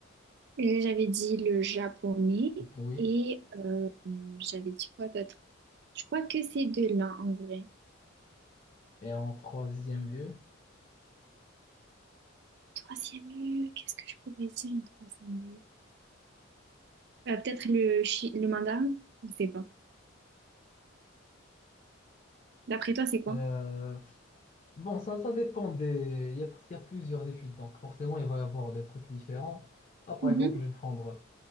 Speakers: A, on the right (about 55°); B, on the left (about 35°).
A: Et J'avais dit le japonais
B: Oui.
A: et euh, j'avais dit quoi d'autre? Je crois que c'est deux-là en vrai.
B: Et en troisième lieu,
A: Troisième lieu, qu'est-ce que je pourrais dire en troisième lieu? Euh, peut-être le, chi- le mandarin? Je sais pas. D'après toi, c'est quoi?
B: euh, Bon, ça, ça dépend des... Il y a, parce qu'il y a plusieurs études, donc forcément, il va y avoir des trucs différents. Ah, par
A: Mhm.
B: exemple, je vais prendre...